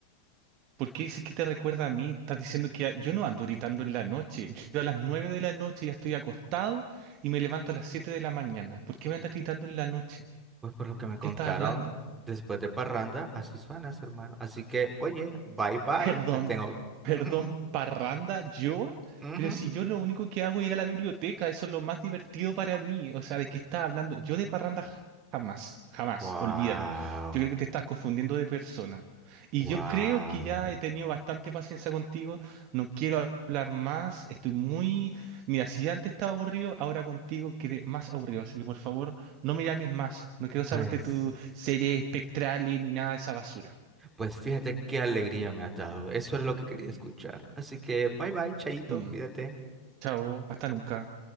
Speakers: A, on the right; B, on the right.
A: ¿Por qué dices que te recuerda a mí? Estás diciendo que a- yo no ando gritando en la noche. Yo a las 9 de la noche ya estoy acostado y me levanto a las 7 de la mañana. ¿Por qué me andas gritando en la noche?
B: Pues por lo que me contaron
A: ¿Qué estás hablando?
B: después de Parranda, así suenas, hermano. Así que, oye, bye bye,
A: Perdón,
B: me tengo...
A: perdón,
B: Ujú,
A: parranda, ¿yo?
B: ujú.
A: Pero si yo lo único que hago es ir a la biblioteca, eso es lo más divertido para mí. O sea, ¿de qué estás hablando? Yo de parranda j- jamás, jamás,
B: Wow.
A: olvídalo. Yo creo que te estás confundiendo de persona. Y
B: Wow.
A: yo creo que ya he tenido bastante paciencia contigo, no quiero hablar más, estoy muy... Mira, si ya antes estaba aburrido, ahora contigo quedé más aburrido, así que por favor, no me llames más, no quiero saber
B: Pues,
A: de tu serie espectral ni nada de esa basura.
B: pues fíjate qué alegría me ha dado. Eso era lo que quería escuchar. Así que bye bye, Chayito,
A: Mm.
B: cuídate.
A: Chao, hasta nunca.